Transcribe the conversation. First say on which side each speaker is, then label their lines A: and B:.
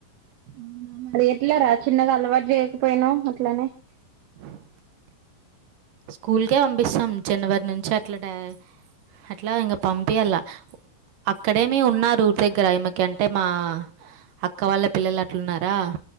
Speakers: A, on the right; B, on the right.
A: అవునా! మరి ఎట్లరా చిన్నగా అలవాటు చేయకపోయినవు అట్లనే
B: <inaudible> స్కూల్కే పంపిస్తాం జనవరి నుంచి అట్లానే అట్లా ఇంకా పంపియలా అక్కడేనే ఉన్నరూ ఊరూ దగ్గర ఇమెకి అంటే మా అక్క వాళ్ళ పిల్లలు అట్ల ఉన్నారా